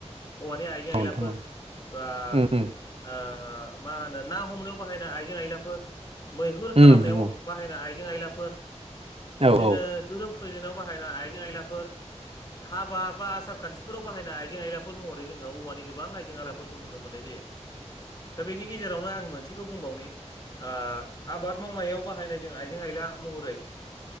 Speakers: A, on the left; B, on the right.
A: औवानि आइजें
B: औ
A: आयलाफोर
B: नोंथां औ
A: बा
B: उम उम
A: आ मा होनो ना हमनायाव बाहायनो आइजें आइलाफोर मैहुर खालामनायाव
B: उम नोंथां औ
A: बाहायनाय आइजें आइलाफोर, बिदिनो
B: औ औ नोंथां औ
A: धोरोम फुजिनायाव बाहायना आइजें आयलाफोर हाबा बा आसार खान्थिफोराव बाहायनाय आइजें आइलाफोर महरै जोङो औवानि गोबां आइजें आइला फोरखौ नुनो मोननाय जायो दा बेनि गेजेरावनो आं मोनसेखौ बुंबावनि ओ आबाद मावनायाव बाहायनाय जों आइजें आइला महरै